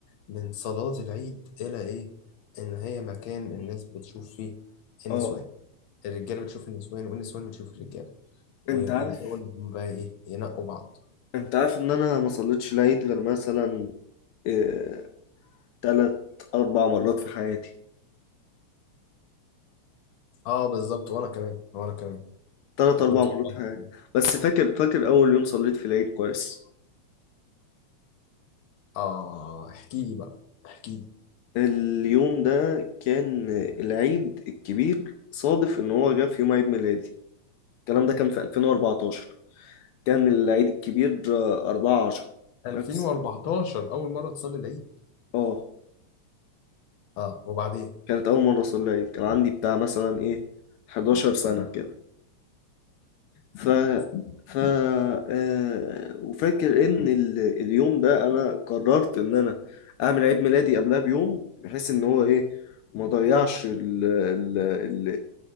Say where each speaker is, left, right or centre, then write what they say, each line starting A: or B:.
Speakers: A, on the left; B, on the left.
A: من صلاه العيد الى ايه ان هي مكان الناس بتشوف فيه النسوان
B: اه
A: الرجاله بتشوف النسوان والنسوان بتشوف الرجاله وبيبداوا
B: انت عارف
A: إن هم بقى ايه ينقوا بعض
B: انت عارف ان انا ما صليتش العيد غير مثلا إيه... تلات اربع مرات في حياتي
A: اه بالظبط وانا كمان وانا كمان
B: تلات
A: وكنت
B: اربع مرات
A: بتفرج
B: في حياتي
A: فيه.
B: بس فاكر فاكر اول يوم صليت في العيد كويس
A: اه احكي لي بقى احكي لي
B: اليوم ده كان العيد الكبير صادف ان هو جه في يوم عيد ميلادي الكلام ده كان في 2014 كان العيد الكبير آه، 4 10
A: 2014
B: نفس
A: اول مره تصلي العيد
B: اه
A: اه وبعدين
B: كانت أول مرة أصلي العيد كان عندي بتاع مثلا إيه 11 سنة كده ف ف آه... وفاكر إن ال... اليوم ده أنا قررت إن أنا أعمل عيد ميلادي قبلها بيوم بحيث إن هو إيه ما ضيعش ال... ال... ال...